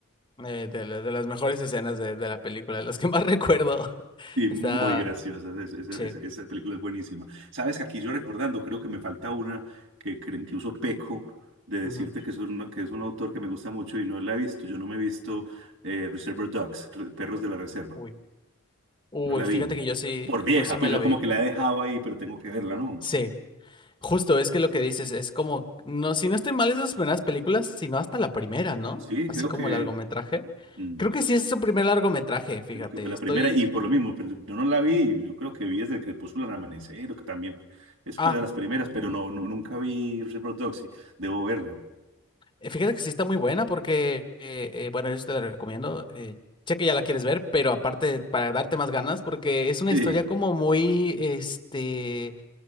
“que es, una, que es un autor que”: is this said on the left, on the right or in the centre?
Right